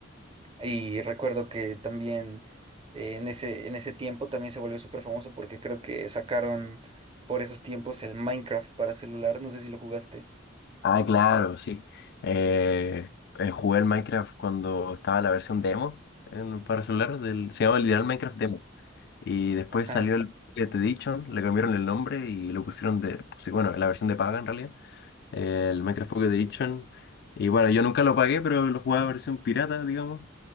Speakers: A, on the right; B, on the left.
A: Y recuerdo que también eh, en ese, en ese tiempo también se volvió súper famoso porque creo que sacaron por esos tiempos el Minecraft para celular, no sé si lo jugaste.
B: Ah, claro, sí. Eh, eh, jugué el Minecraft cuando estaba la versión demo en- para celular, del, se llama literal Minecraft Demo. Y después
A: Ajá.
B: salió el
A: <laughs>
B: Pocket Edition, le cambiaron el nombre y lo pusieron de, pues, bueno, la versión de paga en realidad, eh, el Minecraft Pocket Edition. Y bueno, yo nunca lo pagué, pero lo jugaba versión pirata, digamos.